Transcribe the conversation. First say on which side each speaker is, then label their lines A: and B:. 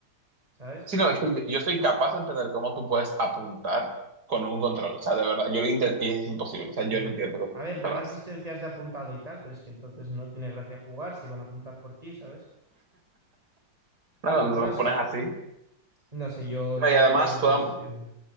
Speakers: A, on the right; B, on the right.
A: ¿sabes?
B: Sí, no, es que yo, yo soy capaz de entender cómo tú puedes apuntar con un control. O sea, de verdad, yo lo intento y es imposible. O sea, yo
A: Ujú.
B: no entiendo cómo
A: A ver,
B: tú
A: dan
B: lo
A: asistencias
B: haces.
A: de apuntado y tal, pero es que entonces no tiene gracia jugar si van a apuntar por ti, ¿sabes?
B: No, cuando
A: No,
B: lo
A: no
B: pones
A: sé,
B: así.
A: no sé, yo,
B: No,
A: yo
B: y además
A: es que no
B: toda,
A: les entiendo.